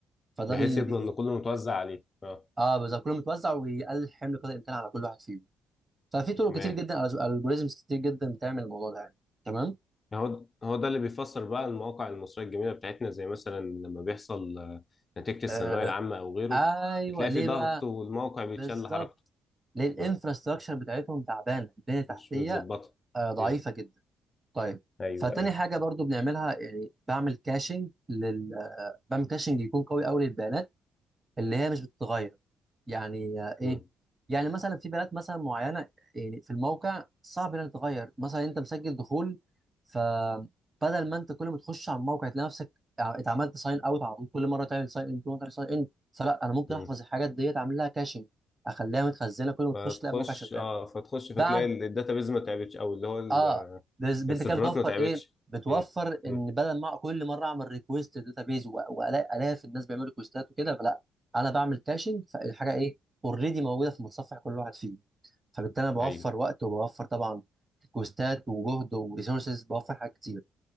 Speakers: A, on the right; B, on the left.
A: فده
B: بحيث
A: بي,
B: يضمن
A: بي...
B: ان كله متوزع عليه اه
A: اه بالظبط كله متوزع ويقلل حمل قدر الامكان على كل واحد فيهم ففي طرق
B: تمام
A: كتير جدا الجوريزمز كتير جدا بتعمل الموضوع ده يعني تمام
B: هو هو ده اللي بيفسر بقى المواقع المصرية الجميلة بتاعتنا زي مثلا لما بيحصل آه، نتيجة الثانوية
A: آه
B: العامة أو غيره
A: ايوه
B: بتلاقي
A: ليه
B: في ضغط
A: بقى
B: والموقع بيتشل
A: بالظبط
B: حركته
A: ليه الانفراستراكشر
B: آه،
A: بتاعتهم تعبانه البنيه التحتيه
B: مش متظبطة
A: آه ضعيفه
B: مم،
A: جدا طيب
B: ايوه
A: فتاني
B: ايوه
A: حاجه برضو بنعملها يعني بعمل كاشنج لل بعمل كاشنج يكون قوي قوي للبيانات اللي هي مش بتتغير يعني آه، ايه
B: مم،
A: يعني مثلا في بنات مثلا معينه يعني في الموقع صعب انها تتغير مثلا انت مسجل دخول فبدل ما انت كل ما تخش على الموقع تلاقي نفسك ع- اتعملت ساين اوت على طول كل مره تعمل ساين ان كل مره تعمل ساين ان فلا انا ممكن
B: مم.
A: احفظ الحاجات ديت اعمل لها كاشنج اخليها متخزنه كل ما
B: فتخش
A: تخش تلاقي الموقع شغال
B: اه فتخش
A: بعد
B: فتلاقي الداتابيز ما تعبتش أو اللي هو ال-
A: اه
B: آه،
A: بس-
B: السيرفرات
A: انت كده بتوفر
B: ما تعبتش
A: ايه بتوفر
B: مم، مم.
A: ان بدل ما كل مره اعمل ريكويست داتابيز والاقي الاف الناس بيعملوا ريكويستات وكده فلا انا بعمل كاشنج فالحاجه ايه اوريدي موجوده في متصفح كل واحد فيه فبالتالي انا بوفر
B: أيوه
A: وقت وبوفر طبعا ريكوستات وجهد وريسورسز بوفر حاجات كتير